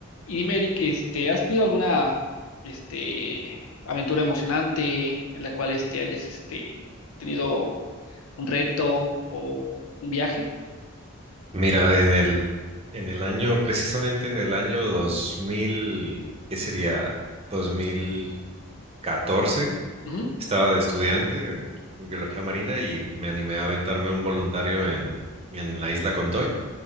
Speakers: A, on the left; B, on the right.
A: Y dime, Eric, este, ¿has tenido alguna, este, aventura emocionante en la cual, este, hayas, este, tenido un reto o un viaje?
B: Mira, en el, en el año, precisamente en el año dos mil ¿qué sería? dos mil catorce
A: Ujú,
B: estaba de estudiante en biología marina y me animé a aventarme un voluntario en, en la isla Contoy,